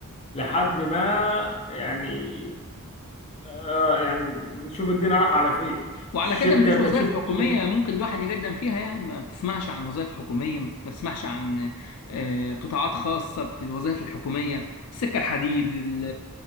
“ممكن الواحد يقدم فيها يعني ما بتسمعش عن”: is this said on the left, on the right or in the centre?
Left